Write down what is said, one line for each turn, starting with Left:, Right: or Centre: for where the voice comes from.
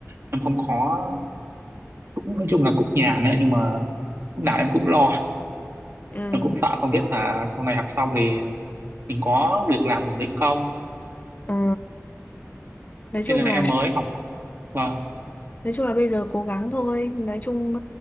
Right: em không có cũng nói chung là cũng nhà nữa nhưng mà lúc nào em cũng lo
Left: Ừ,
Right: em cũng sợ không biết là sau này học xong thì mình có việc làm ổn định không
Left: ừ. Nói chung
Right: nên là em
Left: là
Right: mới học vâng
Left: nói chung là bây giờ cố gắng thôi. Nói chung